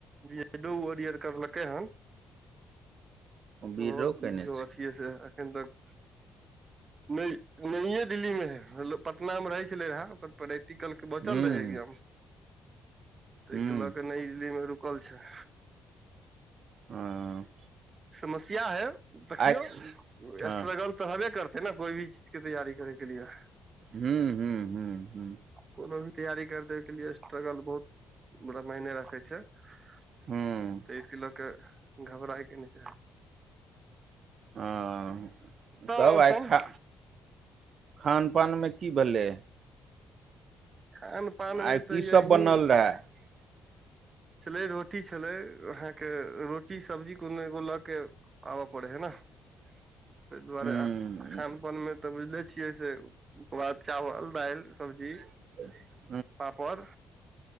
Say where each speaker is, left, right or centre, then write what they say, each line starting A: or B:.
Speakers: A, on the right; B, on the right.
A: बी डी ओ <unintelligible> करलकै हन
B: बीडो
A: ओ
B: कयने
A: बी डी ओ
B: छै
A: किए से अखन तक नए दिल्ली मे हे हले पटना मे रहै छलैन हैं ओकर प्रैक्टिकल के बचल
B: हूँ
A: रहे एग्जाम तय
B: हूँ
A: के ल क नइए दिल्ली में रुकल छै
B: हँ
A: समस्या है देखियौ
B: आइ हँ
A: स्ट्रगल त हेबे करते ने कोई भी चीज के तैयारी करे के लिए
B: हुॅं हूँ हूँ हुॅं
A: कोनो भी तैयारी करने के लिए स्ट्रगल बहुत बरा मायने राखे छै तय
B: हूँ
A: के ल क घबराई के नै छै
B: हँ तब
A: आओर
B: आइ
A: सब
B: खा खान पान मे की भेलै
A: खान पान मे
B: आइ
A: त
B: की
A: ये
B: सब
A: ही
B: बनल <inaudible>
A: छलै रोटी छलै अहाँके रोटी सब्जी कोनो एगो ल के आब पड़े हे न
B: <inaudible>
A: तै दुआरे
B: हूँ
A: आब खान पान मे त बुझले छियै से वेह बाद चावल डाइल सब्जी
B: <inaudible>
A: तापाड़